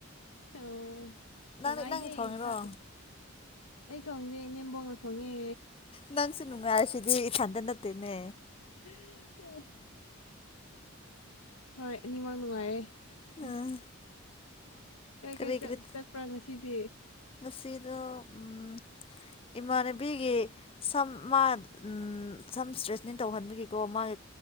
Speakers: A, on the left (about 85°); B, on the left (about 25°).
A: ꯑꯣ ꯅꯨꯉꯥꯏꯍꯦ
B: ꯅꯪ ꯅꯪꯅ ꯊꯣꯡꯉꯤꯔꯣ
A: ꯌꯨꯡꯆꯥꯛ ꯑꯩ ꯊꯣꯡꯗꯦ ꯏꯅꯦꯝꯕꯣꯡꯅ ꯊꯣꯡꯉꯦ
B: ꯅꯪꯁꯨ ꯅꯨꯡꯉꯥꯏꯔꯁꯤꯗꯤ ꯏꯊꯟꯗ ꯅꯠꯇꯦꯅꯦ
A: ꯑꯣ ꯍꯣꯏ ꯑꯅꯤꯃꯛ ꯅꯨꯡꯉꯥꯏꯌꯦ <unintelligible>
B: ꯎꯝ
A: ꯀꯩꯀꯩ
B: ꯀꯔꯤ
A: ꯆꯠꯄ
B: ꯀꯔꯤ
A: ꯄꯨ꯭ꯔꯥ ꯉꯁꯤꯗꯤ
B: ꯉꯁꯤꯗꯣ ꯎꯝ ꯏꯃꯥꯟꯅꯕꯤꯒꯤ ꯁꯝ ꯃꯥ ꯎꯝ ꯁꯝ ꯁ꯭ꯇ꯭ꯔꯦꯠꯅꯤꯡ ꯇꯧꯍꯟꯕꯒꯤꯀꯣ ꯃꯥꯒꯤ